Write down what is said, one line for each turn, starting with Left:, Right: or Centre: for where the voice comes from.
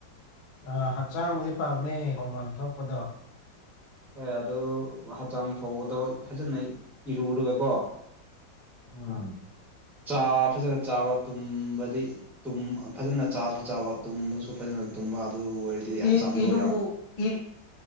Left: ꯑ ꯍꯛꯆꯥꯡꯕꯨꯗꯤ ꯄꯥꯝꯅꯦ ꯍꯣꯡꯃꯥꯡ ꯊꯣꯛꯄꯗꯣ
Centre: ꯍꯣꯏ ꯑꯗꯨ ꯍꯛꯆꯥꯡ ꯐꯕꯗꯣ ꯐꯖꯅ ꯏꯔꯨꯔꯒꯀꯣ
Left: ꯎꯝ
Centre: ꯆꯥ ꯐꯖꯅ ꯆꯥꯕ ꯇꯨꯝꯕꯗꯤ ꯐꯖꯅ ꯆꯥꯁꯨ ꯆꯥꯕ ꯇꯨꯝꯕꯁꯨ ꯐꯖꯅ ꯇꯨꯝꯕ ꯑꯗꯨ ꯑꯣꯏꯔꯗꯤ ꯍꯛꯆꯥꯡꯗꯣ
Left: ꯏ ꯏꯔꯨ
Centre: ꯌꯥꯝ
Left: ꯏ